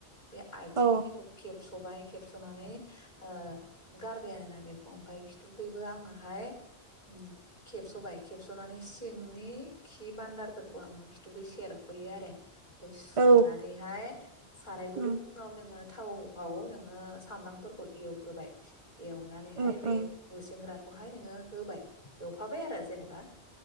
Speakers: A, on the left (about 40°); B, on the right (about 30°).
A: बे आथिंखिनिखौ
B: औ
A: खेबस खबाय खेबसनानै ओ गारबाय आरोना बेखौ ओमफाय खिथुखैबो आङोहाय उम्म खेबसबाय खेबसनानै सिं नि खि बान्दारफोरखौ आंङो खिथुखै सेरखयो आरो । सुनानैहाय
B: औ
A: साराय
B: उम
A: गुदुंआव नोंङो थावआव नोंङो सामब्रामफोरखौ एवग्रोबाय एवनानैहाय
B: उम
A: बे
B: उम
A: गुसेंग्रा खौहाय नोंङो होबाय एवफाबाय आरो जेनेबा